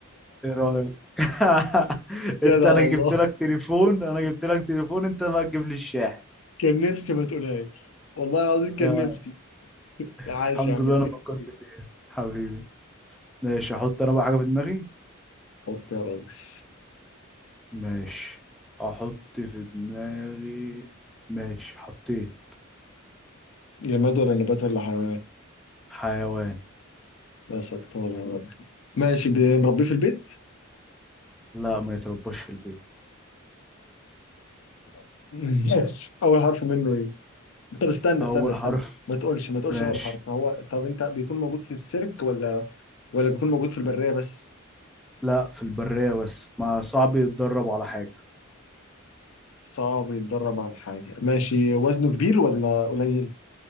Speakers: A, in the centre; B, on the left.
A: ايه رأيك <laughs> انت
B: <laughs> جدع
A: انا
B: والله
A: جبت لك تليفون انا جبت لك تليفون انت بقى تجيب لي الشاحن
B: كان نفسي ما تقولهاش والله العظيم كان
A: آه،
B: نفسي
A: الحمد
B: عايش يا عم
A: لله
B: اتنين
A: انا فكرت
B: اتنين.
A: فيك حبيبي ماشي احط انا بقى حاجة في دماغي
B: حط يا ريس
A: ماشي احط في دماغي ماشي حطيت
B: جماد ولا نبات ولا حيوان
A: حيوان
B: لا سكتار يا رب ماشي بنربيه في البيت
A: لا ما يترباش في البيت
B: <laughs> ماشي اول حرف منه إيه؟ طب استنى
A: اول
B: استنى استنى
A: حرف
B: ما تقولش ما تقولش
A: ماشي
B: اول حرف هو طب انت بيكون موجود في السيرك ولا ولا بيكون موجود في البرية بس
A: لا في البرية بس ما صعب يتدرب على حاجة
B: صعب يتدرب على حاجة ماشي وزنه كبير ولا قليل